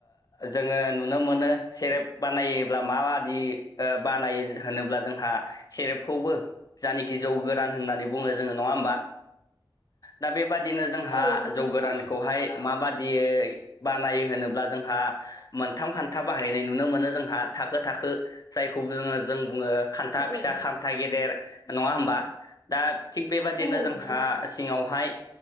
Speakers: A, on the left; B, on the left.
A: जोङो नुनो मोनो सेरेप बानायोब्ला माबादि ओ बानायो होनोब्ला जोंहा सेरेबखौबो जानेखि जौ गोरान होननानै बुङो जोङो नङा होमबा दा बेबादिनो जोंहा
B: औ नंगौ
A: जौ
B: नोंथां
A: गोरानखौहाय माबादियै बानायो होनोब्ला जोंहा मोनथाम खान्था बाहायनाय नुनो मोनो जोंहा थाखो थाखो जायखौ जोङो जों बुङो खान्था
B: औ
A: फिसा खान्था गेदेर नङा होमबा दा थिग बेबादिनो
B: औ
A: जोंहा
B: नंगौ नोंथां
A: सिङावहाय